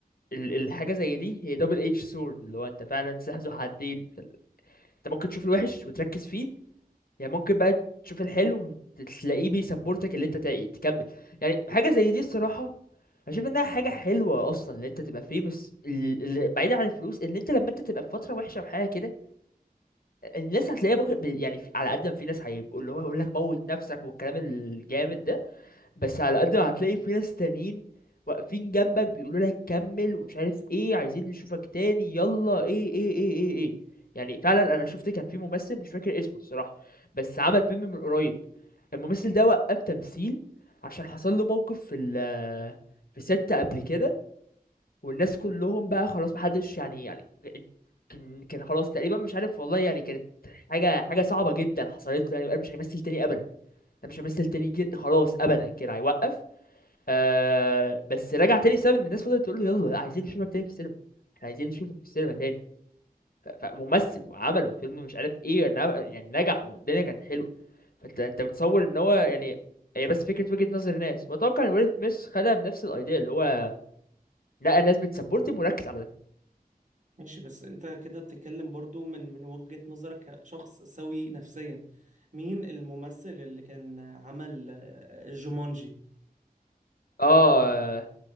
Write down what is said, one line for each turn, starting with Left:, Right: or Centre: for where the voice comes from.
Left: ال- الحاجه زي دي هي دبل اتش سورد اللي هو انت فعلا سلاح ذو حدين انت ممكن تشوف الوحش وتركز فيه يعني ممكن بقى تشوف الحلو تلاقيه بيسبورتك اللي انت تا- تكمل يعني حاجه زي دي الصراحه اشوف انها حاجه حلوه اصلا ان انت تبقى فيمس بعيدا عن الفلوس ان انت لما انت تبقى في فتره وحشه وحاجه كده الناس هتلاقيها بكره يعني في- على قد ما في ناس هيبقوا اللي هو يقول لك موت نفسك والكلام الجامد ده بس على قد ما هتلاقي في ناس تانيين واقفين جنبك بيقولوا لك كمل ومش عارف ايه عايزين نشوفك تاني يلا ايه ايه ايه ايه ايه يعني فعلا انا شفت كان في ممثل مش فاكر اسمه الصراحة بس عمل فيلم من قريب الممثل ده وقف تمثيل عشان حصل له موقف في ال في ست قبل كده والناس كلهم بقى خلاص محدش يعني يعني كان كان خلاص تقريبا مش عارف والله يعني كانت حاجة حاجة صعبة جدا حصلت له يعني وقال مش هيمثل تاني ابدا انا مش همثل تاني جد خلاص ابدا كده هيوقف آه بس رجع تاني بسبب ان الناس فضلت تقول له يلا عايزين نشوفك تاني في السينما احنا عايزين نشوفك في السينما تاني ف- فممثل وعمله فيلم مش عارف ايه يعني يعني نجح والدنيا كانت حلوه فانت انت بتصور ان هو يعني هي بس فكره وجهه نظر الناس واتوقع ان ويل سميث خدها بنفس الايديا اللي هو لا الناس بتسبورت مركز على ده
Right: ماشي بس انت كده بتتكلم برضو من من وجهة نظرك كشخص سوي نفسيا مين الممثل اللي كان عمل آه، جومانجي
Left: اه